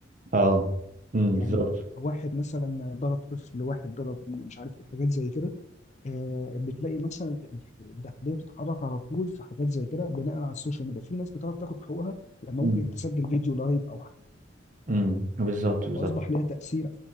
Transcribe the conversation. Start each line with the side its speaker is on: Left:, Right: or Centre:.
Right: اه امم
Left: يعني
Right: بالظبط
Left: واحد مثلا ضرب طفل واحد ضرب مش عارف الحاجات زي كده آه، بتلاقي مثلا الداخليه بتتحرك على طول في حاجات زي كده بناء على السوشيال ميديا في ناس بتعرف تاخد حقوقها لما
Right: امم
Left: ممكن تسجل فيديو لايف او حاجه
Right: امم بالظبط بالظبط
Left: فاصبح ليها تاثير